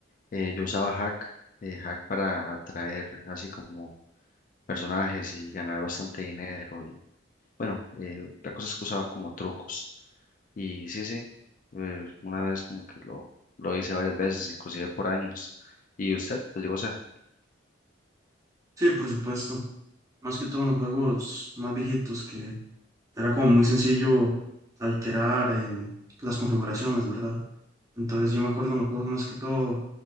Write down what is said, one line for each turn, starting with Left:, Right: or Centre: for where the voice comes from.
Left: eh, yo usaba Hack, eh, Hack para atraer así como personajes y ganar bastante dinero Bueno, eh, la cosa es que usaba como trucos. Y sí, sí, eh, una vez como que lo, lo hice varias veces, inclusive por años. ¿Y usted lo llegó a hacer?
Right: Sí, por supuesto. Más que todo en los juegos más viejitos, que era como muy sencillo alterar em, las configuraciones, ¿verdad? Entonces yo me acuerdo en los juegos más que todo